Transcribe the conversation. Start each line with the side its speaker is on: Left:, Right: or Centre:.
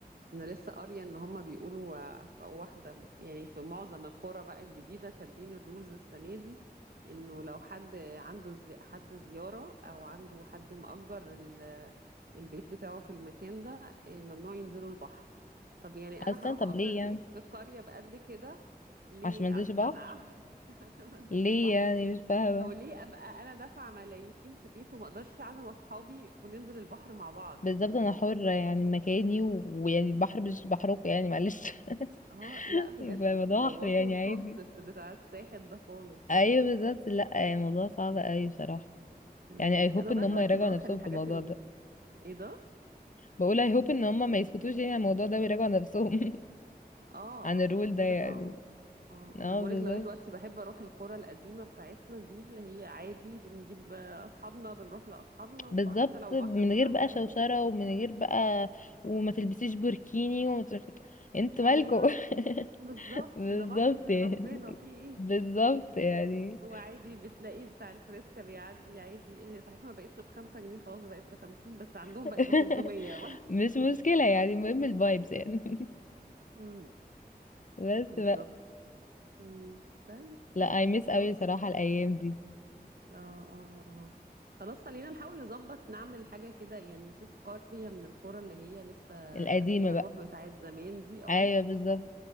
Right: انا لسه قارية ان هما بيقولوا آه، في واحدة يعني في معظم القرى بقى الجديدة كاتبين الرولز السنة دي انه لو حد عنده زي... حد زيارة او عنده حد مأجر ال... البيت بتاعه في المكان ده آه، ممنوع ينزلوا البحر طب يعني انا
Left: أصلا
Right: هروح
Left: طب
Right: اجر
Left: ليه يعني
Right: بيت في قرية بقد كده ليه
Left: عشان ما انزلش
Right: عشان
Left: بحر
Right: أعمل <laughs> عشان ما انزلش
Left: ليه
Right: البحر
Left: يعني مش فاهمة
Right: او ليه ابقى انا دافعه ملايين في بيت وما اقدرش اعزم اصحابي وننزل البحر مع بعض
Left: بالظبط
Right: يعني
Left: أنا حرة يعني مكاني و- ويعني البحر مش بحركه يعني معلش <laughs>
Right: اه لا بجد
Left: فالموضوع
Right: بوظوا
Left: بحر يعني
Right: الكونسبت
Left: عادي
Right: بتاع الساحل ده خالص
Left: أيوه
Right: يعني
Left: بالظبط لأ يعني الموضوع صعب أوي بصراحة
Right: امم
Left: يعني I hope
Right: انا
Left: إن
Right: لغايه
Left: هم
Right: دلوقتي
Left: يراجعوا
Right: بروح
Left: نفسهم
Right: الحاجات
Left: في الموضوع
Right: ال
Left: ده
Right: ايه ده
Left: بقول I hope إن هم ما يسكتوش يعني عن الموضوع ده ويراجعوا نفسهم
Right: اه
Left: <laughs> عن الرول
Right: اه لانه كده
Left: ده يعني
Right: بقى اوفر اه آه،
Left: اه
Right: انا بقولك
Left: بالظبط
Right: لغايه دلوقتي بحب اروح القرى القديمه بتاعتنا دي اللي هي عادي بنجيب آه، اصحابنا بنروح لاصحابنا وخ...
Left: بالظبط
Right: حتى لو البحر
Left: من
Right: مش
Left: غير
Right: احلى
Left: بقى
Right: حاجه
Left: شوشرة
Right: بنمشي.
Left: ومن غير بقى وما تلبسيش بوركيني وما تلبسيش... انتوا
Right: ايوه
Left: مالكوا
Right: بالظبط
Left: <laughs> بالظبط
Right: ده بحر ربنا
Left: يعني
Right: فيه ايه
Left: بالظبط يعني
Right: هو عادي بتلاقي بتاع الفريسكا بيعدي عادي هي صحيح ما بقتش بخمسة جنيه خلاص بقت بخمسين بس عندهم
Left: <laughs>
Right: بقت بخمسمية
Left: مش مشكلة يعني المهم الفايبس يعني <laughs>
Right: <laughs> امم
Left: بس
Right: بالظبط
Left: بقى
Right: امم طيب حلو
Left: لا اي
Right: خلاص
Left: ميس قوي صراحة الايام دي
Right: اه اه اه خلاص خلينا نحاول نظبط نعمل حاجة كده يعني نشوف قرية من القرى اللي هي لسه
Left: القديمة
Right: فيها
Left: بقى
Right: الروح بتاعت زمان دي اه
Left: ايوه بالظبط